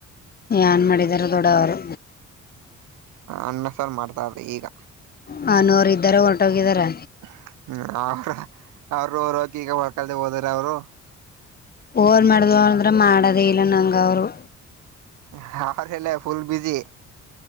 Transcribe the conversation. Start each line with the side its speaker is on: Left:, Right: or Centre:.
Left: ಏನ ಮಾಡಿದಿದ್ದಾರೆ ದೊಡ್ಡವರು
Right: ಅನ್ನ ಸಾರು ಮಾಡ್ತಾವ್ರೆ ಈಗ
Left: ಹ ನೂರ ಇದ್ದವರು ಹೊರಟೋಗಿದ್ದಾರೆ
Right: <unintelligible>
Left: ಫೋನ್ ಮಾಡ ಅಂದ್ರೆ ಮಾಡೋದೇ ಇಲ್ಲ ನಂಗ ಅವ್ರು
Right: ಹೌದಲೇ ಫುಲ್ ಬಿಜಿ